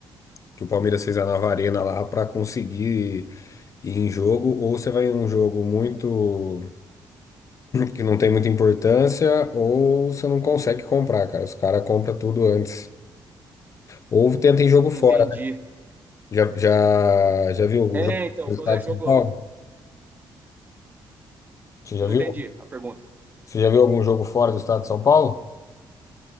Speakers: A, on the left (about 40°); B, on the right (about 25°).
A: que o Palmeiras fez a nova arena lá pra conseguir ir em jogo, ou você vai em um jogo muito que não tem muita importância, ou você não consegue comprar, cara. Os caras compram tudo antes. Ou tenta em jogo fora.
B: Entendi.
A: Já, já, já viu algum
B: É,
A: jogo
B: então,
A: do estado
B: quando é jogo.
A: de São Paulo? Você já
B: Não
A: viu?
B: entendi a pergunta.
A: Você já viu algum jogo fora do estado de São Paulo?